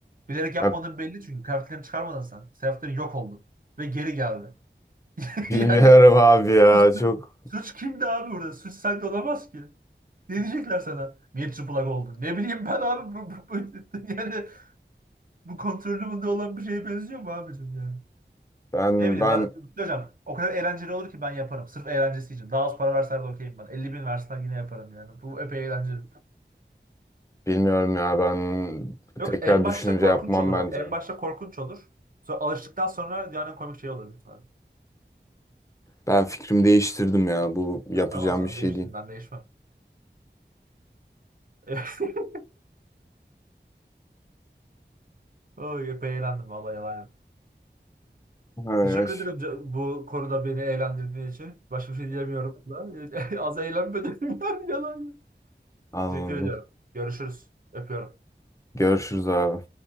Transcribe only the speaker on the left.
Ya
bilmiyorum
abi ya.
Çok
ben
ben
bilmiyorum ya. Ben
tekrar
düşünce
yapmam
bence.
Ben fikrimi değiştirdim ya. Bu yapacağım
bir şey
değil.
Ay,
ay.
Anladım.
Görüşürüz abi.